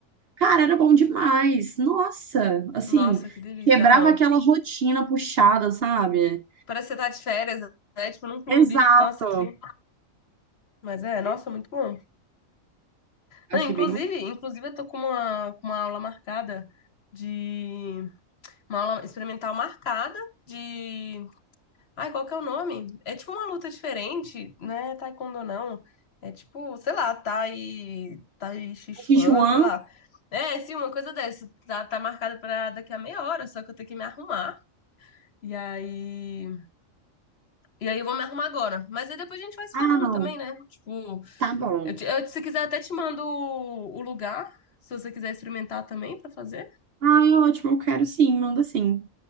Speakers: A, on the right; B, on the left.
A: cara, era bom demais. Nossa, assim,
B: Nossa, que delícia.
A: quebrava
B: Aham.
A: aquela rotina puxada, sabe?
B: Parece que você tá de férias, né? Tipo, num clube.
A: Exato.
B: Nossa, que Mas é,
A: Ex-
B: nossa, muito bom.
A: Achei
B: Não, inclusive,
A: bem gostoso.
B: inclusive eu tô com uma, com uma aula marcada de uma aula experimental marcada de, ai, qual que é o nome? É tipo uma luta diferente, né? Taekwondo não. É tipo, sei lá, Tai, Tai Chi Chuan,
A: Sichuan?
B: sei lá. É, sim, uma coisa dessa. Tá, tá marcada pra daqui a meia hora, só que eu tenho que me arrumar. E aí, e aí eu vou me arrumar agora. Mas aí depois a gente vai se
A: Ah,
B: falando
A: não.
B: também, né? Tipo,
A: Tá bom.
B: Eu, te- eu, se quiser, até te mando o, o lugar, se você quiser experimentar também pra fazer.
A: Ai, ótimo, eu quero sim, manda sim.